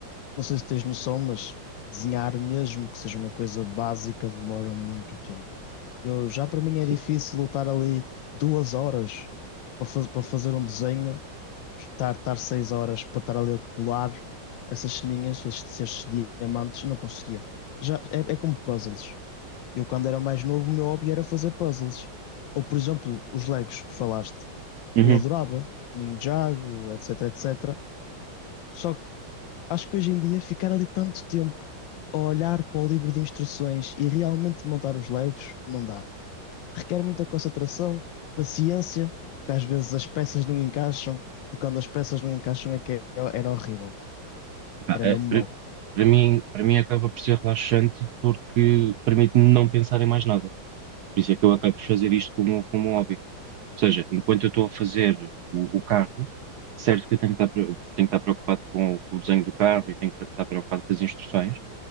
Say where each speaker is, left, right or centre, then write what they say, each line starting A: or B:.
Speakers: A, on the left; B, on the right.
A: Não sei se tens noção, mas desenhar, mesmo que seja uma coisa básica, demora muito tempo. Eu, já para mim é
B: Sim.
A: difícil lutar ali duas horas para, faz- para fazer um desenho, estar, estar seis horas para estar ali a colar essas ceninhas, estes, estes diamantes, não conseguia. Já, é, é como puzzles. Eu, quando era mais novo, o meu hobby era fazer puzzles. Ou, por exemplo, os Legos que falaste.
B: Uhum.
A: Eu adorava, Ninjago, etc, etc. Só que Acho que hoje em dia ficar ali tanto tempo a olhar para o livro de instruções e realmente montar os Legos não dá. Requer muita concentração, paciência, porque às vezes as peças não encaixam e quando as peças não encaixam é que era horrível.
B: Pá,
A: Era
B: é,
A: mesmo mau.
B: para para mim, para mim acaba por ser relaxante porque permite-me não pensar em mais nada. Por isso é que eu acabo por fazer isto como, como um hobby. Ou seja, enquanto eu estou a fazer o, o carro, certo que eu tenho que estar, pre- tenho que estar preocupado com o, com o desenho do carro e tenho que estar preocupado com as instruções,